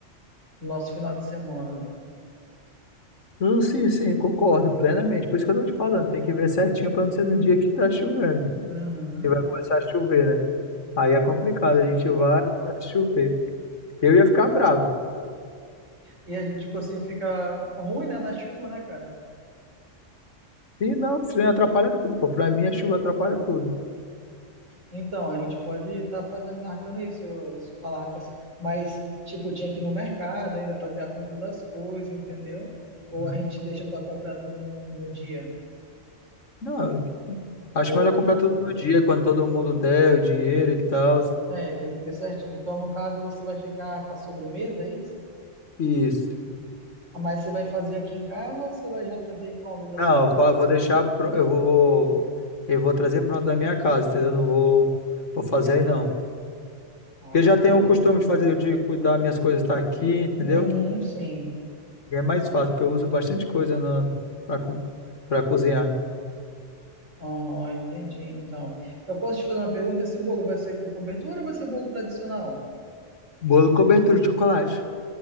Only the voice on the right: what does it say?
No nosso final de semana.
Uhum,
sim.
E a gente, tipo assim, fica ruim, né, na chuva, né, cara?
Então, a gente pode estar fazendo, marcando isso, eu- se falar com as- mas tipo, tinha que ir no mercado ainda fazer a compra das coisas, entendeu? Ou
a gente deixa para comprar tudo no, no dia.
Ou
é, tem que ver certinho. Então, no caso, você vai ficar com a sobremesa, é isso?
Ah, Mas você vai fazer aqui em casa ou você vai já trazer pronto aí da
sua?
Ah,
tá.
Uhum, sim.
Aham, entendi. Então, eu posso te fazer uma pergunta? Esse bolo vai ser com cobertura ou vai ser bolo tradicional?